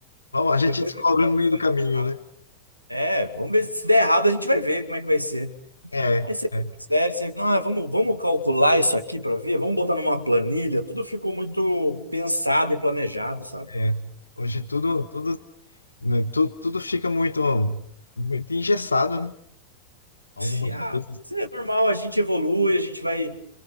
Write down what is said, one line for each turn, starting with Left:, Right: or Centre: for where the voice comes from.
Left: Bom, a gente
Right: Depois
Left: descobre
Right: eu falo
Left: no meio
Right: se vai
Left: do caminho,
Right: dar errado.
Left: né?
Right: É, vamos ver se der errado, a gente vai ver como é que vai ser.
Left: É,
Right: Aí você fica
Left: é,
Right: mais velho, você, ah, vamos, vamos calcular isso aqui para ver, vamos botar numa planilha, tudo ficou muito pensado e planejado, sabe?
Left: é. Hoje tudo, tudo, né, tu- tudo fica muito, muito engessado, né? Algumas
Right: E, ah,
Left: coisas.
Right: isso é normal, a gente evolui, a gente vai